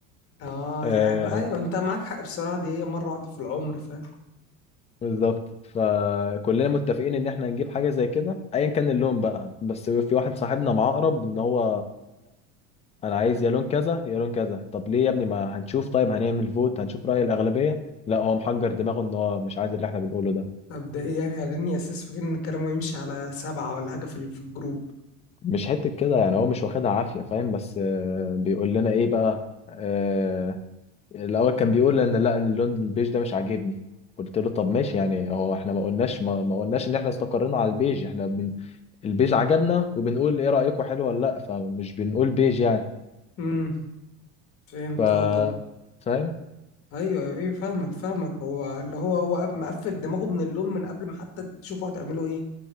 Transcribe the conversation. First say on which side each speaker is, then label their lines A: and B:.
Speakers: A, on the left; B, on the left.
A: اه
B: آه
A: يعني ايوه انت معاك حق بصراحه دي هي مره واحده في العمر فاهم
B: بالظبط فكلنا متفقين ان احنا نجيب حاجه زي كده ايا كان اللون بقى بس في واحد صاحبنا معاه اقرب ان هو انا عايز يا لون كذا يا لون كذا طب ليه يا ابني ما هنشوف طيب هنعمل فوت هنشوف رأي الأغلبية لا هو محجر دماغه ان هو مش عايز اللي احنا بنقوله ده
A: طب ده ايه يعني لاني اساس فاكر ان الكلام يمشي على سبعه ولا حاجه في ال- في الجروب
B: مش حتة كده يعني هو مش واخدها عافية فاهم بس آه، بيقول لنا ايه بقى آه، الأول كان بيقول ان لا اللون البيج ده مش عاجبني قلت له طب ماشي يعني هو احنا ما قلناش ما, ما قلناش ان احنا استقرينا على البيج احنا بن... البيج عجبنا وبنقول ايه رأيكم حلو ولا لا فمش بنقول بيج يعني
A: امم فهمت
B: ف
A: اه طب
B: فاهم
A: ايوه ايوه أيوة، فاهمك فاهمك هو اللي هو هو مقفل دماغه من اللون من قبل ما حتى تشوفوا هتعملوا ايه